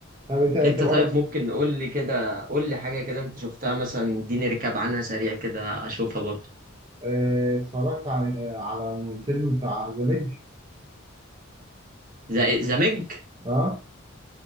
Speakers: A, on the right; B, on the right.
A: طب انت انت
B: انت
A: بقولك
B: طيب ممكن قول لي كده قول لي حاجة كده انت شفتها مثلا اديني ركاب عنها سريع كده اشوفها برضه
A: اه، اتفرجت على على الفيلم بتاع ذا ميج
B: ذا ذا ميج
A: اه